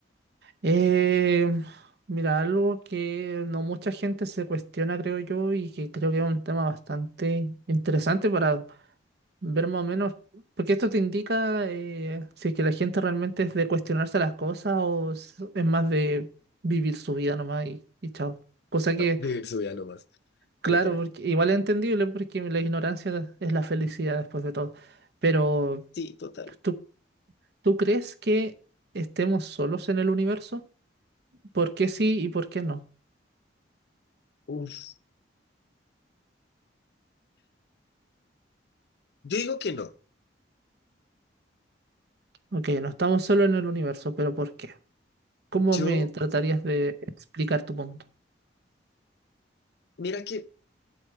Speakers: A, on the right (about 60°); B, on the left (about 60°).
A: Eh, mira, algo que no mucha gente se cuestiona, creo yo, y que creo que es un tema bastante interesante para ver más o menos, porque esto te indica eh, si es que la gente realmente es de cuestionarse las cosas o s- es más de vivir su vida nomás y, y chao. Cosa
B: <laughs>
A: que,
B: Vivir su vida nomás,
A: claro,
B: literal.
A: porque igual es entendible porque la ignorancia es la felicidad después de todo. Pero...
B: Sí, total.
A: ¿Tú ¿Tú crees que estemos solos en el universo? ¿Por qué sí y por qué no?
B: Uf. Yo digo que no.
A: Ok, no estamos solos en el universo, pero ¿por qué? ¿Cómo
B: Yo,
A: me tratarías de explicar tu punto?
B: mira que,